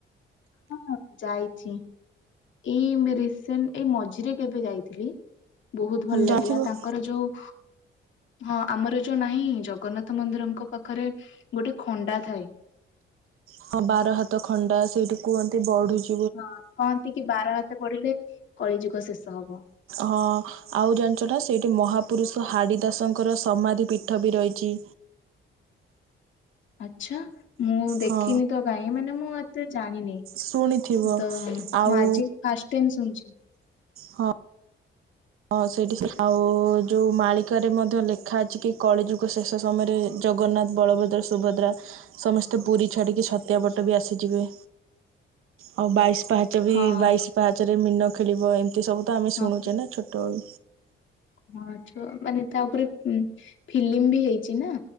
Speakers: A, on the left; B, on the right.
A: ହଁ ଯାଇଛି ଏଇ ରିସେଣ୍ଟ ଏଇ ମଝିରେ କେବେ ଯାଇଥିଲି। ବହୁତ ଭଲ ଲାଗିଲା
B: ଜାଣିଥିବ।
A: ତାଙ୍କର ଯୋଉ ହଁ ଆମର ଯୋଉ ନାହିଁ ଜଗନ୍ନାଥ ମନ୍ଦିରଙ୍କ ପାଖରେ ଗୋଟେ ଖଣ୍ଡା ଥାଏ।
B: ହଁ ବାର ହାତ ଖଣ୍ଡା ସେଇଠି କୁହନ୍ତି ବଢୁଛି।
A: ହଁ କହନ୍ତି କି ବାର ହାତ ବଢିଲେ କଳି ଯୁଗ ଶେଷ ହବ।
B: ହଁ ଆଉ ଜାଣିଛ ନା ସେଇଠି ମହାପୁରୁଷ ହାଡ଼ିଦାସଙ୍କର ସମାଧି ପୀଠ ବି ରହିଛି।
A: ଆଚ୍ଛା ମୁଁ ଦେଖିନି
B: ହଁ
A: ତ କାହିଁ ମାନେ ମୁଁ ଏତେ ଜାଣିନି।
B: ଶୁଣିଥିବ
A: ତ ମୁଁ
B: ଆଉ
A: ଆଜିି ଫାଷ୍ଟ ଟାଇମ୍ ସୁଣୁଛି।
B: ହଁ ହଁ ସେଇଠିକି ସେ ଆଉ ଯୋଉ ମାଳିକାରେ ମଧ୍ୟ ଲେଖା ଅଛି କି କଳି ଯୁଗ ଶେଷ ସମୟରେ ଜଗନ୍ନାଥ ବଳଭଦ୍ର ସୁଭଦ୍ରା ସମସ୍ତେ ପୁରୀ ଛାଡ଼ିକି ଛତିଆ ବଟ ବି ଆସିଯିବେ। ଓ ବାଇଶ ପାହାଚ ଚ ବି
A: ହଁ
B: ବାଇଶି ପାହାଚରେ ମିନ ଖେଳିବ ଏମିତି ସବୁ ତ ଆମେ
A: ହଁ
B: ଶୁଣୁଛେ ନା ଛୋଟବେଳୁ।
A: ହଁଛ ମାନେ ତା ଉପରେ ଫିଲ୍ମ ବି ହେଇଛି ନା।